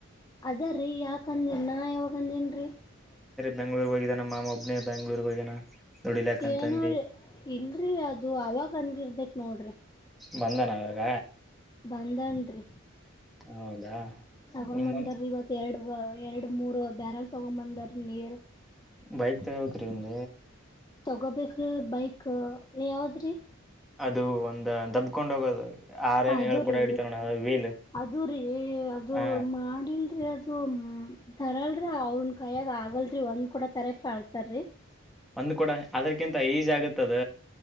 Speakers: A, on the left; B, in the centre.
A: ಅದ್ರರಿ ಯಾಕಂದಿನ್ ನಾ ಯಾವಾಗಂದನ್ರಿ
B: ಬೆಂಗ್ಳೂರ್ ಹೋಗಿದಾನ ನ ಮಾ ಮೊಬ್ನ ಬ ಬೆಂಗ್ೂರ್ ಹೋಗ್ಯಾನ ದುಡಿಲಕಂತಂದಿ
A: ಏನುೋ್ರಿ ಇಲ್ರಿ ಅದು ಇದು ಅವಾಗ ಅಂದಿರ್ಬೇಕಕ್ ನೋಡ್ರಿ <unintelligible>
B: ಬಂದಾನ ಅವವಾಗ
A: ಬಂದನ್ರಿ
B: ಹೌದಾ
A: ತಗೊಂಬಂದರ
B: ನಿಮ್ಮ
A: ಇವತ್ ಎರಡು ಎರಡು ಮೂರು ಬ್ಯಾರಲ್ ತಗೊಂಡಂಬಂದ್ರ ನೀರ್ <unintelligible>
B: ಬೈಕ್ ತವಕ್ರೀಂದ
A: ತಗೋಬೇಕ್ರೀ ಬೈಕ್ ಇ ಯಾಾವ್ದ್ರೀ
B: ಅದು ಒಂದ ದಬ್ಕೊಂಡ ಹೋಗೋದು ಆರೇನು
A: ಅದ
B: ಏಳು ಕೊಡ
A: ರೀ
B: ಹಿಡಿತಾವ ನೋಡ ವೀಲ್
A: ಅದು ರೀ ಅದು
B: ಆ
A: ಮಾಡಲ್ರಿ ಅದು <unintelligible> ತರಲ್ರರಿ ಅವನ್ ಕಾಯಯಾಗ ಆಗಲ್ರಿ ಒಂದ್ ಕೂಡ ತರಕ ಆಳ್ತಾರರಿ <unintelligible>
B: ಒಂದ್ ಕೂಡ ಅದ್ರಕಿಂತ ಈಜ ಆಗತ್ತದ